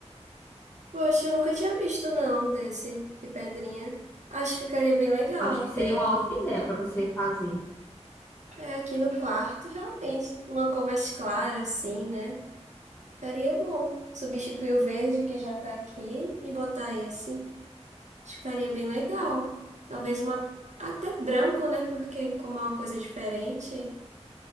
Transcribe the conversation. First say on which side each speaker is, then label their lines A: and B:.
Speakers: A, on the right; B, on the left.
A: Poxa, eu nunca tinha visto não desse de pedrinha. Acho que ficaria bem legal
B: Acho
A: até
B: que seria
A: aqui.
B: uma ótima ideia para você fazer.
A: É, aqui no quarto, realmente, uma cor mais clara assim, né? Ficaria bom. Substituir o verde que já tá aqui e botar esse. Acho que ficaria bem legal. Talvez uma até branco, né? Porque como é uma coisa diferente,